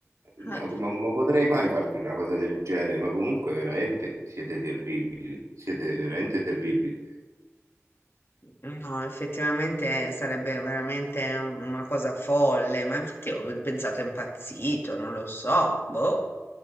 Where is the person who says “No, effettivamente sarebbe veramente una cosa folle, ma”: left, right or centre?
Left